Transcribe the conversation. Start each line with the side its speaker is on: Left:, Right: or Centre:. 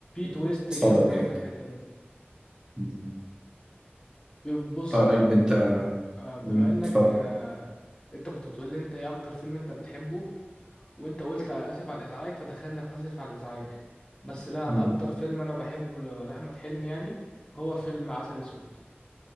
Left: تويست
Right: صدم
Left: جامد
Right: يعني
Left: أوي في الحتة دي
Right: مم.
Left: بص
Right: طيب
Left: بقى
Right: انت
Left: آه، بما
Right: مم.
Left: انك
Right: اتفضل
Left: آه، انت كنت بتقول لي انت ايه اكتر فيلم انت بتحبه وانت قلت على اسف على الازعاج فدخلنا في اسف على الازعاج بس لا
Right: مم.
Left: انا اكتر فيلم انا بحبه ل- لاحمد حلمي يعني هو فيلم عسل اسود